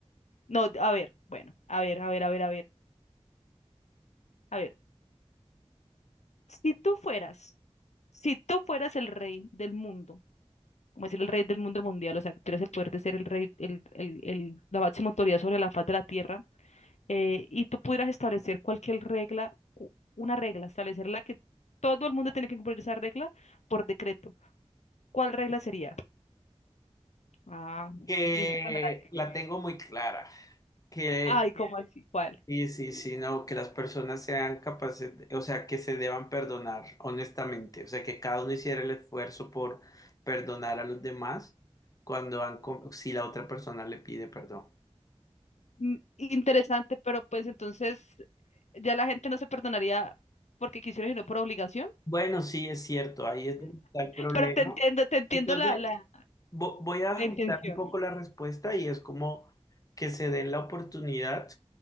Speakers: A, on the left; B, on the left.
A: No, a ver, bueno, a ver, a ver, a ver, a ver, a ver. Si tú fueras, si tú fueras el rey del mundo, como decir el rey del mundo mundial, o sea, que tuvieras el poder de ser el rey, el, el, el- la máxima autoridad sobre la faz de la tierra, eh, y tú pudieras establecer cualquier regla, u- una regla, establecerla que todo el mundo tiene que cumplir esa regla por decreto. ¿Cuál regla sería? Ah,
B: Que
A: príncipe Melancólico.
B: la tengo muy clara. Que
A: Ay, ¿cómo <laughs> así? ¿Cuál?
B: Sí, sí, sí, no, que las personas sean capaces, de- o sea, que se deban perdonar honestamente, o sea, que cada uno hiciera el esfuerzo por perdonar a los demás cuando han, com- si la otra persona le pide perdón.
A: Mm, Interesante, pero pues entonces ya la gente no se perdonaría porque quisiera, sino por obligación.
B: Bueno, sí, es cierto, ahí es donde está el problema.
A: Pero te entiendo, te entiendo
B: Entonces,
A: la, la,
B: vo- voy a ajustar
A: la intención.
B: un poco la respuesta y es como que se den la oportunidad